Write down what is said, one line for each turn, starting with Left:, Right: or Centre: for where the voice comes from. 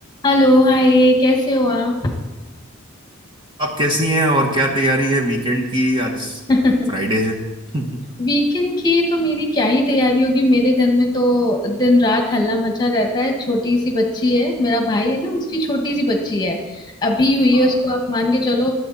Left: Hello hi कैसे हो आप
Right: आप कैसी हैं और क्या तैयारी है वीकेंड की आज
Left: <laughs>
Right: फ्राइडे है <laughs>
Left: वीकेंड की तो मेरी क्या ही तैयारी होगी मेरे घर में तो दिन रात हल्ला मचा रहता है छोटी सी बच्ची है मेरा भाई है ना उसकी छोटी सी बच्ची है अभी हुई
Right: आ,
Left: है उसको आप मान के चलो